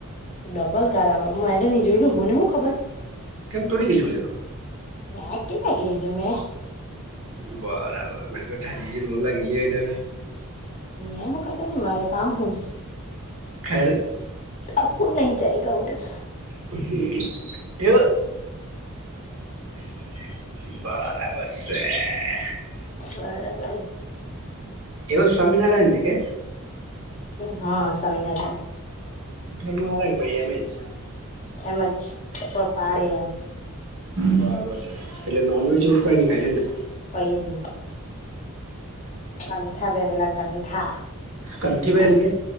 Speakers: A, on the left; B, on the right.
A: ડબલ કરાવે <unintelligible> જોલું મને હું ખબર
B: કેમ તું ની ગેલી <unintelligible>
A: મે કેતા ગઈજુ મેં.
B: બરાબરા મર થાજી જ મન લાગિ હો.
A: મેં હું કતા મારે કામ હું.
B: ખર
A: અપુન નહી જાયગ ઉટર.
B: હમ્મ એવ. <unintelligible>
A: બરાબર.
B: એવ સ્વામીનરાયણ નની કે.
A: હા સમમના.
B: ઘરમાં મારા કે પડી એમ જ.
A: એમજ પાડે એમ.
B: બરાબર એટલે નોનવેજ એવું કઈ નઈ ખાય હ ને?
A: કઈ જ કંઠા પહેરેલા કંઠા.
B: કંઠી બહેલગ.